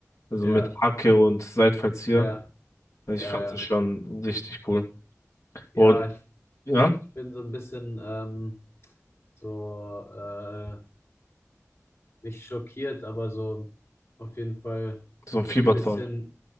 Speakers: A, on the left (about 85°); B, on the left (about 50°).
A: Also
B: Ja,
A: mit Hacke und Seitfallzieher.
B: ja,
A: Also
B: ja,
A: ich fand
B: ja.
A: sie schon richtig cool. Und
B: Ja, ich,
A: ja,
B: ich bin so ein bisschen ähm, so äh, nicht schockiert, aber so auf jeden Fall
A: so ein Fiebertraum.
B: ein bisschen,